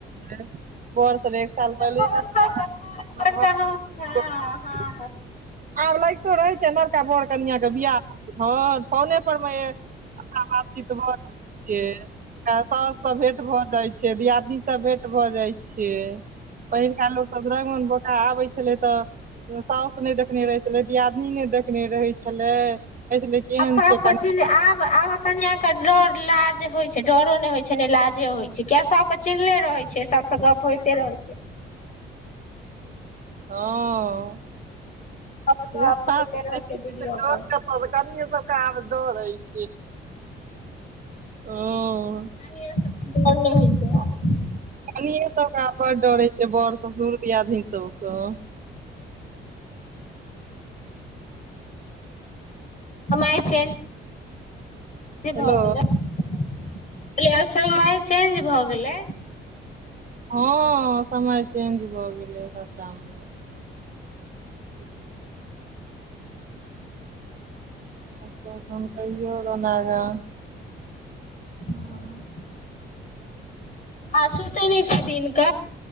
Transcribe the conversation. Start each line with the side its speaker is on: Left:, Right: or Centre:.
Right: छै बोर सब एक साल पहिले
Left: फोन
Right: बबान
Left: पर से फोन पर से हँ
Right: <unintelligible>
Left: हँ हँ
Right: आब लगितो रहै छै नबका बोर कनिय के बियाह हर फोने पर मे अपना बातचीत ब के सउससँ भेंट भऽ जाइ छै दियादनीसँ भेंट भऽ जाइ छिय पहिलका लोकसभ दुरागमन बोखा आबै छलै तऽ सासु नहि देखने रहै छलै दियादनी नहि देखने रहै छलै कहै छलै केहन
Left: आब <unintelligible>
Right: छै कनिया
Left: स आब आब कनि डरो लाज होइ छै डरो नै होइ छै ने लाजे होइ छै किया सब चिलले रहै छै सबस गप होइते रहै छै
Right: हँ
Left: सब
Right: <unintelligible>
Left: गप होइते
Right: सोलकनि
Left: रहै छै वीडियो कॉल
Right: सब के आब डड़ हए छै हँ
Left: पानि सब ब नहि होइ छै <unintelligible>
Right: कनिये सबके आ बड़ डर हए छै बड़ ससुर दियादनी सबके
Left: अमाय छै
Right: हेलो
Left: भऽ गेलै कलिय असय मे आई चेन्ज भऽ गेलै
Right: हँ समय चेंज भऽ गेलै सबटामे <inaudible> ब तन कह <unintelligible> जनाग <unintelligible>
Left: हँ आहाँ सुतै नै छीयै दिनक